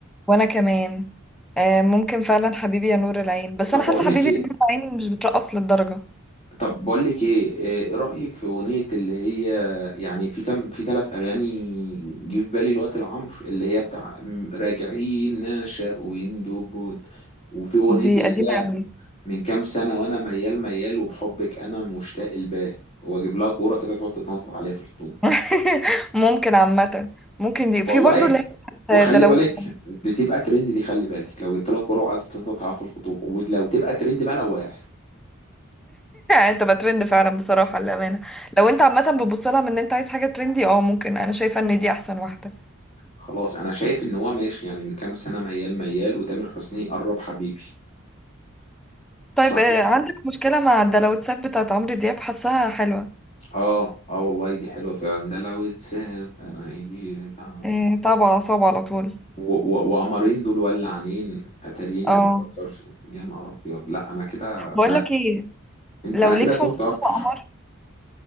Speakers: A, in the centre; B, on the left.
A: وانا كمان آه، ممكن فعلا حبيبي يا نور العين بس
B: طب
A: انا حاسه
B: بقول
A: حبيبي
B: لك ايه
A: يا نور العين مش بترقص للدرجه
B: طب بقول لك ايه آه، ايه رأيك في اغنية اللي هي يعني في كام في ثلاث اغاني جه في بالي الوقت لعمرو اللي هي بتاع م- راجعين نشأ ويندوبون وفي اغنية
A: دي
B: اللي
A: قديمه
B: هي
A: قوي
B: من كام سنة وانا ميال ميال وبحبك انا مشتاق الباه واجيب لها كورة كده تقعد تتنطط عليها في الخطوبة
A: <laughs> ممكن عامه ممكن دي
B: والله
A: في برضو
B: ايه
A: اللي هي بتاعت
B: وخلي
A: ده لو
B: بالك
A: <laughs>
B: دي تبقى ترند دي خلي بالك لو جبت لها كورة وقعدت تتنطط عليها في الخطوبة ولو تبقى ترند بقى لو واعي
A: انت بقى ترند <laughs> فعلا بصراحه للامانه لو انت عامه بتبص لها من ان انت عايز حاجه ترندي اه ممكن انا شايفه ان دي احسن واحده
B: خلاص انا شايف ان هو ماشي يعني من كام سنه ميال ميال وتامر حسني قرب حبيبي
A: طيب
B: صح
A: آه،
B: كده
A: عندك مشكلة مع الدلوتسات بتاعت عمرو دياب حاساها حلوة
B: اه اه والله دي حلوه فعلا ده لو اتساب انا هيجي لي طعم.
A: آه، طبعا أعصاب على طول
B: و- و- وقمرين دول ولعانين اتاريني
A: اه
B: بفكر في يا نهار ابيض لا انا كده
A: بقول
B: انا
A: لك ايه
B: انت-
A: لو
B: انا كده
A: ليك في
B: تهت
A: مصطفى
B: اكتر
A: قمر